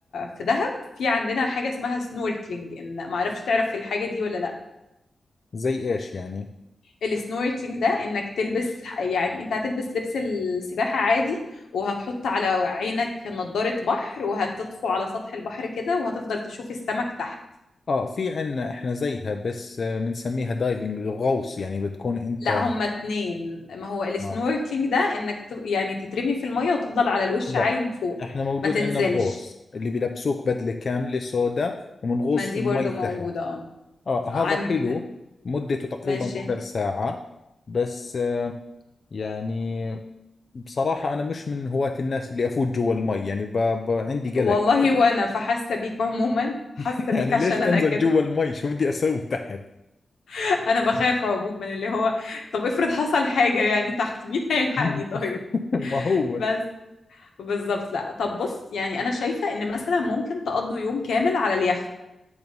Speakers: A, on the left; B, on the left.
A: في دهب في عندنا حاجة اسمها سنوركلينج ان ما اعرفش تعرف في الحاجة دي ولا لا
B: زي ايش يعني
A: السنوركلينج ده انك تلبس يعني انت هتلبس لبس السباحة عادي وهتحط على عينك نضارة بحر وهتطفو على سطح البحر كده وهتفضل تشوف السمك تحت
B: اه في عنا احنا زيها بس آه، بنسميها دايفنج الغوص يعني بتكون انت
A: لا هما اتنين ما هو السنوركلينج
B: آه.
A: ده انك ت- يعني تترمي في المية وتفضل على الوش
B: لا
A: عايم فوق
B: احنا موجود
A: ما تنزلش
B: عندنا الغوص اللي بيلبسوك بدلة كاملة سوداء ومنغوص
A: ما دي
B: في المي
A: برضو
B: تحت
A: موجودة اه
B: آه هذا
A: عند
B: حلو مدته تقريبا
A: ماشي
B: ربع ساعة بس آه، يعني بصراحة أنا مش من هواة الناس اللي أفوت جوا المي يعني ب... ب... عندي
A: والله
B: قلق
A: وانا فحاسة بيك عموما حاسة
B: <laughs> يعني
A: بيك عشان
B: ليش أنزل
A: انا كده
B: جوا المي شو بدي أسوي تحت
A: <laughs> انا بخاف عموما اللي هو طب افرض حصل حاجة يعني تحت مين هيلحقني
B: <laughs>
A: طيب
B: ما هو
A: بس بالظبط لا طب بص يعني انا شايفة ان مثلا ممكن تقضوا يوم كامل على اليخت